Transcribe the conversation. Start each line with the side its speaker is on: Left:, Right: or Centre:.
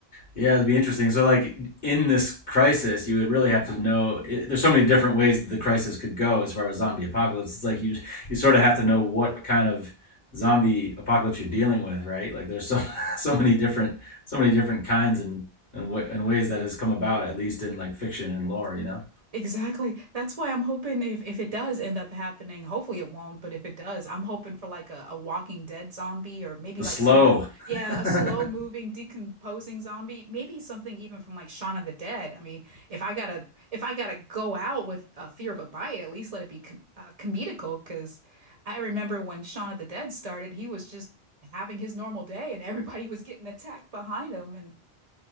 Left: Yeah, it'd be interesting. So, like in this crisis, you would really have to know. It, there's so many different ways the crisis could go as far as zombie apocalypse. It's like you just, you sort of have to know what kind of zombie apocalypse you're dealing with, right? Like there's so <laughs> so many different so many different kinds and and, w- and ways that has come about, at least in like fiction and lore. You know,
Right: Exactly. That's why I'm hoping if if it does end up happening, hopefully it won't, but if it does, I'm hoping for like a, a Walking Dead zombie or maybe
Left: the
Right: like
Left: slow.
Right: something, yeah,
Left: <laughs>
Right: a slow moving, decomposing zombie, maybe something even from like Shaun of the Dead. I mean, if I gotta if I gotta go out with a fear of a bite, at least let it be com uh, comedical, because I remember when Shaun of the Dead started, he was just having his normal day and everybody was getting attacked behind him, and